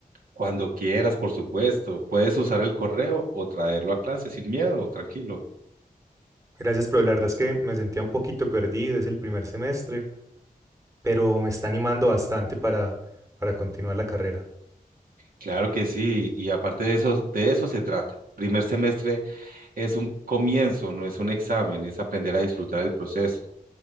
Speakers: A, on the right (about 70°); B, on the right (about 20°).
A: Cuando quieras, por supuesto, puedes usar el correo o traerlo a clase sin miedo, tranquilo.
B: Gracias, pero la verdad es que me sentía un poquito perdido, es el primer semestre, pero me está animando bastante para, para continuar la carrera.
A: Claro que sí, y aparte de eso, de eso se trata. Primer semestre es un comienzo, no es un examen, es aprender a disfrutar el proceso.